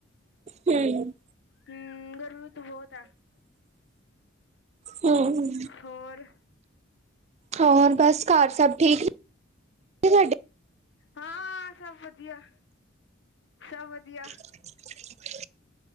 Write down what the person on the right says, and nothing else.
ਹੂੰ।
ਹੂੰ।
ਹੋਰ ਬਸ ਘਰ ਸਭ ਠੀਕ? ਤੁਹਾਡੇ?
<inaudible>